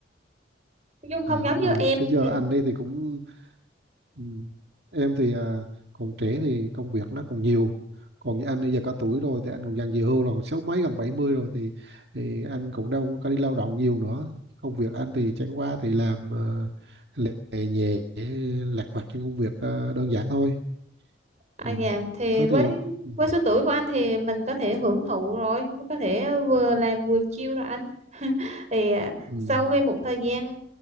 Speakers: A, on the right; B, on the right.
A: Dung không
B: à
A: giống
B: đúng
A: như
B: rồi
A: em
B: chứ giờ
A: thì
B: anh đây thì cũng Ừ. Em thì à, còn trẻ thì công việc nó còn nhiều còn như anh bây giờ cả tuổi rồi thì anh cũng dần về hưu rồi còn sáu mấy gần 70 rồi thì thì anh cũng đâu có đi lao động nhiều nữa công việc anh thì chẳng qua thì làm uh, lề nhẹ lặt vặt những công việc à, đơn giản thôi
A: à
B: ừ.
A: dạ thì
B: thế
A: với
B: thì ừ.
A: với số tuổi của anh thì mình có thể hưởng thụ rồi mới có thể vừa làm vừa chill rồi anh <laughs> thì à,
B: Ừ.
A: sau khi một thời gian